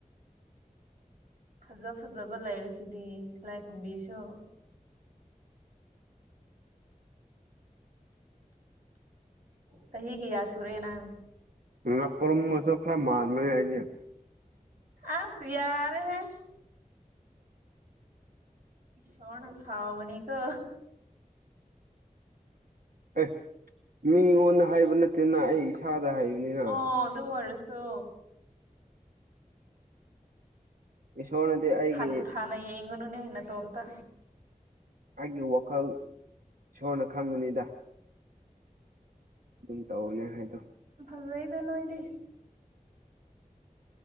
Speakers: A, on the right (about 65°); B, on the right (about 75°).
A: ꯐꯖ ꯐꯖꯕ ꯂꯩꯔꯁꯤꯗꯤ ꯂꯥꯏ ꯈꯨꯝꯕꯤꯁꯨ ꯆꯍꯤ ꯀꯌꯥ ꯁꯨꯔꯦ ꯅ
B: ꯉ ꯉꯄꯔꯝꯁꯨ ꯈꯔ ꯃꯥꯥꯟꯅ ꯍꯥꯏꯗꯤ
A: ꯑꯁ ꯌꯥꯔꯦꯍꯦ ꯏꯁꯣꯅꯁ ꯁꯥꯎꯕꯅꯦ ꯀꯣ
B: ꯑꯦ ꯃꯤꯉꯣꯟꯗ ꯍꯥꯏꯕ ꯅꯠꯇꯦꯅ ꯑꯩ ꯏꯁꯥꯗ ꯍꯥꯏꯕꯅꯤꯅ
A: ꯑꯣ ꯑꯗꯨ ꯑꯣꯏꯔꯁꯨ
B: ꯏꯁꯣꯔꯅꯗꯤ ꯑꯩꯒꯤ
A: ꯍꯟ ꯊꯅ ꯌꯦꯡꯒꯨꯅꯨꯅꯦ ꯅ ꯇꯣꯝꯇ
B: ꯑꯩꯒꯤ ꯋꯥꯈꯜ ꯏꯁꯣꯔꯅ ꯈꯪꯉꯅꯤꯗ ꯑꯗꯨꯝ ꯇꯧꯅꯦ ꯍꯥꯏꯗꯣ
A: ꯑꯗꯨ ꯏꯗ ꯅꯣ ꯏꯗꯤ